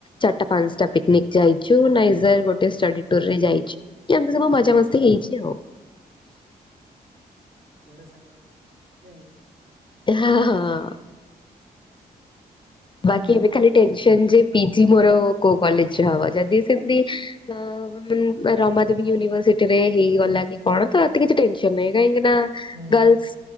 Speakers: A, on the left; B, on the right.
A: ଚାଟା ପାନ୍ସଟା ପିକନିକ୍ ଯାଇଛୁ, ନାଇଜର ଗୋଟେ ଷ୍ଟୋଡି ଟୁର୍ ରେ ଯାଇ ଛୁ, ଏମିତି ସବୁ ମଜା
B: ଆଚ୍ଛା
A: ମସ୍ତି ହେଇଛି ଆଉ।
B: <unintelligible> ସାଙ୍ଗ <inaudible>
A: ହଁ, ହଁ।
B: ହୁଁ
A: ବାକି ଏବେ ଖାଲି ଟେନସନ୍ ଯେ ପିଜି ମୋର କୋଉ କଲେଜ୍ ରେ ହବ, ଯଦି ସେମତି <unintelligible> <unintelligible> ତ ରମାଦେବୀ ୟୁନିଭର୍ସିଟି ରେ ହେଇଗଲା କି କଣ ତ ଏତେ କିଛି ଟେନସନ୍ ନାହିଁ, କାହିଁକି ନା
B: ହୁଁ
A: ଗର୍ଲସ୍